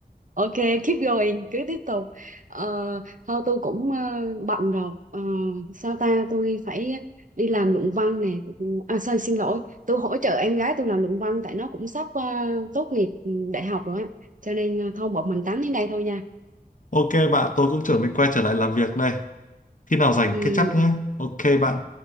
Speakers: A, on the right; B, on the left.
A: Ok, keep going, cứ tiếp tục. Ờ, thôi tôi cũng ờ, bận rồi. Ờ, sao ta, tôi phải đi làm luận văn nè. À, sao, xin lỗi, tôi hỗ trợ em gái tôi làm luận văn tại nó cũng sắp ờ, tốt nghiệp ừ, đại học rồi á. Cho nên ờ, thôi bọn mình tám đến đây thôi nha.
B: Ok bạn, tôi cũng chuẩn bị quay trở lại làm việc đây. Khi nào rảnh
A: Ừ,
B: catch up nhé.
A: ừ.
B: Ok bạn.